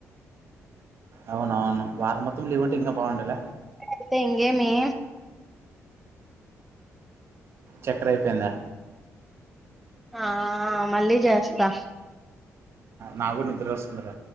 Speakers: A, on the right; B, in the centre.
A: అవున అవును వారం మొత్తం లీవ్ంటే ఇంకా బాగుండాల
B: అయితే ఇంగేమీ
A: చక్ర అయిపోయిందా
B: ఆ మళ్ళీ చేస్త
A: నాగూడ నిద్ర వస్తుందిర